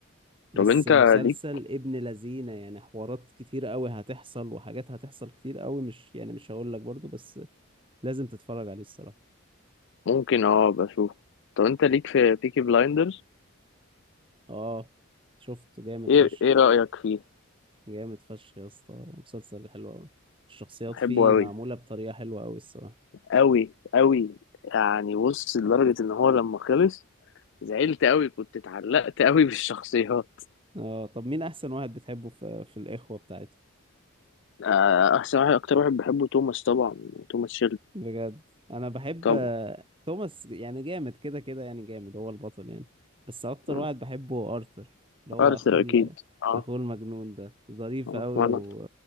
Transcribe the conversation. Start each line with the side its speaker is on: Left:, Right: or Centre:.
Right: بس
Left: طب انت
Right: مسلسل
Left: ليك
Right: ابن لذينه يعني حوارات كتير قوي هتحصل وحاجات هتحصل كتير قوي مش يعني مش هقول لك برضو بس لازم تتفرج عليه الصراحه
Left: ممكن اه بشوف طب انت ليك في بيكي بلايندرز
Right: اه شفته جامد
Left: ايه
Right: فشخ
Left: ايه رأيك فيه
Right: جامد فشخ يا اسطى مسلسل حلو قوي الشخصيات
Left: بحبه
Right: فيه
Left: قوي
Right: معمولة بطريقة حلوة قوي الصراحة
Left: قوي قوي يعني بص لدرجة ان هو لما خلص زعلت قوي كنت اتعلقت قوي بالشخصيات
Right: اه طب مين احسن واحد بتحبه في, في الاخوة بتاعته
Left: آه، احسن واحد اكتر واحد بحبه توماس طبعا توماس شيلبي
Right: بجد انا بحب
Left: طبعا
Right: آه، توماس يعني جامد كده كده يعني جامد هو البطل يعني بس اكتر
Left: مم.
Right: واحد بحبه هو ارثر اللي هو
Left: ارثر
Right: اخوه
Left: اكيد
Right: ال-
Left: اه
Right: اخوه المجنون ده ظريف
Left: اه
Right: قوي
Left: وانا
Right: و...